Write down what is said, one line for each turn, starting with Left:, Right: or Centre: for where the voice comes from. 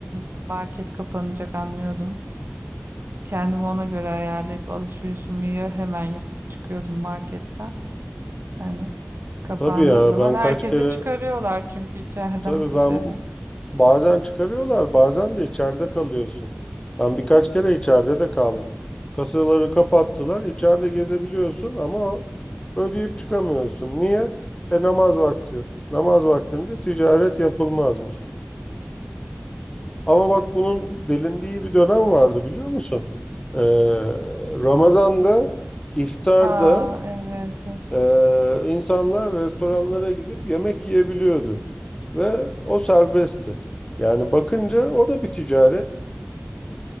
Right: e, market kapanacak anlıyordum. Kendimi ona göre ayarlayıp alışverişimi ya hemen yapıp çıkıyordum marketten. Hani kapandığı
Left: Tabii ya
Right: zaman
Left: ben
Right: herkesi
Left: kaç kere
Right: çıkarıyorlar çünkü içeriden
Left: tabii
Right: <laughs> dışarı.
Left: ben bazen çıkarıyorlar bazen de içeride kalıyorsun. Ben birkaç kere içeride de kaldım. Kasaları kapattılar içeride gezebiliyorsun ama ödeyip çıkamıyorsun. Niye? E namaz vakti. Namaz vaktinde ticaret yapılmazmış. Ama bak bunun delindiği bir dönem vardı biliyor musun? Ee, Ramazan'da, iftarda
Right: Aa evet evet
Left: e, insanlar restoranlara gidip yemek yiyebiliyordu. Ve o serbestti. Yani bakınca o da bir ticaret. Ee,